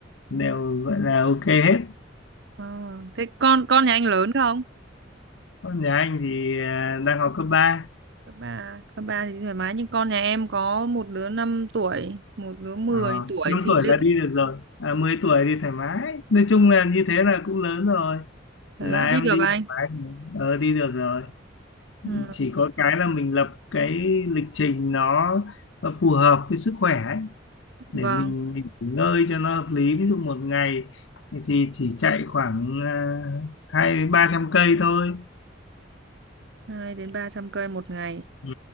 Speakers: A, on the left; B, on the right.
A: đều gọi là ok hết
B: Ờ, thế con con nhà anh lớn không?
A: con nhà anh thì à, đang học cấp ba,
B: Các bà, các bà thì thoải mái nhưng con nhà em có một đứa 5 tuổi, một đứa mười
A: à,
B: tuổi
A: 5
B: thì
A: tuổi
B: liệu
A: là đi được rồi à, 10 tuổi thì thoải mái nói chung là như thế là cũng lớn rồi là
B: thế ạ, đi
A: em
B: được
A: đi
B: anh?
A: thoải mái ờ, đi được rồi
B: Ừ,
A: chỉ có cái là mình lập cái lịch trình nó phù hợp với sức khỏe ấy. để
B: vâng,
A: mình nghỉ ngơi cho nó hợp lý ví dụ một ngày thì thì chỉ chạy khoảng à, hai đến ba trăm cây thôi
B: hai đến ba trăm cây một ngày
A: ừ,